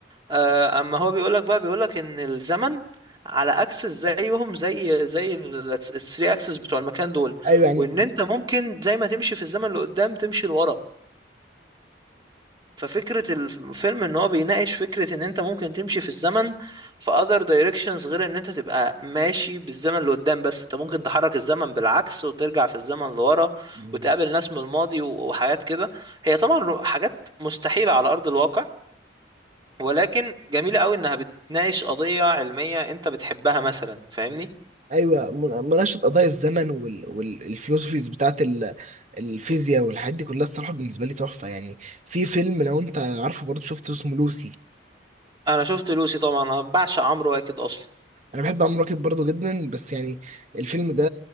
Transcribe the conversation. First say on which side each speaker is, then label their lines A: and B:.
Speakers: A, on the right (about 25°); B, on the right (about 40°).
A: آه، اما هو بيقولك بقى بيقولك ان الزمن على اكسس زيهم زي زي ال 3 اكسس بتوع المكان دول
B: ايوه يعني
A: وان انت ممكن زي ما تمشي في الزمن لقدام تمشي لورا ففكرة الفيلم ان هو بيناقش فكرة ان انت ممكن تمشي في الزمن في other directions غير ان انت تبقى ماشي بالزمن لقدام بس انت ممكن تحرك الزمن بالعكس وترجع في الزمن لورا
B: مم.
A: وتقابل ناس من الماضي و- وحاجات كده هي طبعا حاجات مستحيلة على ارض الواقع ولكن جميلة قوي انها بتناقش قضية علمية انت بتحبها مثلا فاهمني
B: ايوه من- مناقشه قضايا الزمن وال... والفلوسفيز بتاعت ال- الفيزياء والحاجات دي كلها الصراحه بالنسبه لي تحفه يعني في فيلم لو انت عارفه برضه شفته اسمه لوسي
A: انا شفت لوسي طبعا انا بعشق عمرو واكد اصلا
B: انا بحب عمرو راكب برضه جدا بس يعني الفيلم ده